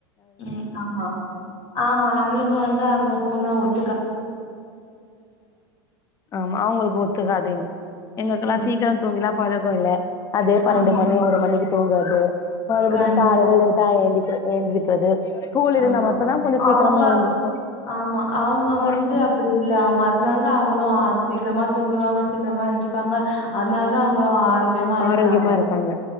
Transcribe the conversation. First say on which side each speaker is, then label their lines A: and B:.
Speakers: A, on the left (about 45°); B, on the left (about 25°).
A: ம் ஆமா ஆமா நம்ளுக்கு வந்து அங்க போனா ஒத்
B: ஆமா அவுங்களுக் ஒத்துக்காது இங் எங்களுக்குலாம்
A: ம்
B: சீக்கிரம் தூங்கிதான் ப பலகோயில்ல அதே பன்னண்டு
A: ஆமா
B: மணி ஒரு மணிக்கி தூங்காதே மறுபடியும்
A: கண்டிப்பா
B: காலைல லேட்டா ஏந்திக்கிது எந்துரிக்றது ஸ்கூல் இருந்தா
A: ஆமா
B: மட்டுந்தான் கொஞ்ச சீக்கிரமா
A: அவங்க
B: எந்திருப்போம்
A: ஆமா அவங்க
B: ஒரு
A: வந்து அப்டி இல்ல அவுங்க அதுனால தான் அவுங்களும் சீக்கரமா தூங்கவாங்க சீக்கரமா எந்துரிப்பாங்க அத்னால தான் அவுங்களு ஆரோக்யமா இருக்குறாங்க
B: ஆரோக்கியமா இருக்காங்க